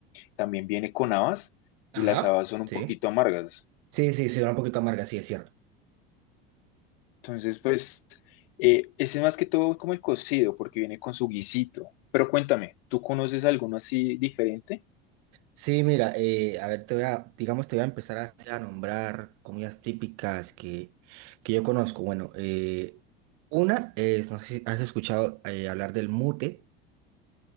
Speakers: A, on the left; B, on the right.
A: También viene con habas
B: Ajá,
A: y las habas son un
B: sí.
A: poquito amargas.
B: Sí, sí, sí, va un poquito amarga, sí, es cierto.
A: Entonces, pues, eh, ese más que todo es como el cocido, porque viene con su guisito. Pero cuéntame, ¿tú conoces alguno así diferente?
B: Sí, mira, eh, a ver, te voy a, digamos, te voy a empezar a, a nombrar comidas típicas que, que yo conozco. Bueno, eh, una es, no sé si has escuchado eh, hablar del mute.